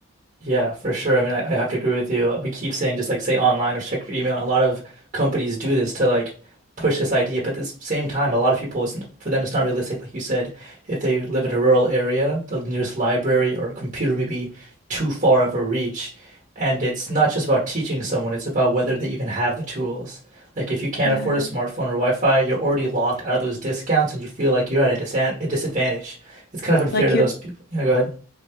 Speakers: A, on the right (about 40°); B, on the left (about 45°).
A: Yeah, for sure. I mean, I, I have to agree with you. We keep saying just like say online or check your email. A lot of companies do this to like push this idea, but at the same time, a lot of people, it's, for them, it's not realistic. Like you said, if they live in a rural area, the nearest library or computer may be too far of a reach. And it's not just about teaching someone, it's about whether they even have the tools. Like if you can't
B: Yeah.
A: afford a smartphone or Wi-Fi, you're already locked out of those discounts and you feel like you're at a dis a disadvantage. It's kind of unfair
B: Like
A: to
B: you're
A: those people. Yeah, go ahead.